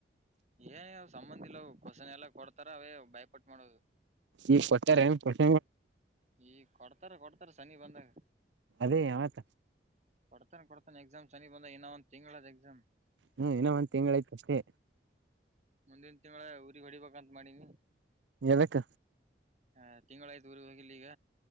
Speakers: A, on the right (about 40°); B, on the right (about 85°).
A: ಏನ್ ಸಂಬಂಧ ಇಲ್ಲ ಅವು ಕ್ವಷನ್ ಎಲ್ಲ ಕೊಡ್ತಾರ ಅವೇ ಬಯಪಟ್ ಮಾಡೋದು
B: ಈ ಕೊಟ್ಟಾರ ಏನ್ <inaudible> ಪಷ
A: ಈ ಕೊಡ್ತಾರ ಕೊಡ್ತಾರ ಸನಿ ಬಂದಾಗ
B: ಅದೇ ಯಾವತಾ
A: ಕೊಡ್ತಾನ ಕೊಡ್ತಾನೆ ಎಕ್ಸಾಮ್ ಸನಿ ಬಂದ ಇನ್ನ ಒಂದ್ ತಿಂಗಳದ ಎಕ್ಸಾಮ್
B: ಹ್ಮ್ ಇನ್ನ ಒಂದ್ ತಿಂಗ್ಳ್ ಐತೆ ಅಷ್ಟೇ
A: ಮುಂದಿನ್ ತಿಂಗ್ಲ ಊರಿಗ್ ಹೊಡಿಬೇಕಂತ್ ಮಾಡೀನಿ
B: ಎದಕ್ಕ
A: ಹ ತಿಂಗಳಾಯ್ತುಊರ್ಗ್ ಹೋಗಿಲ್ಲ ಈಗ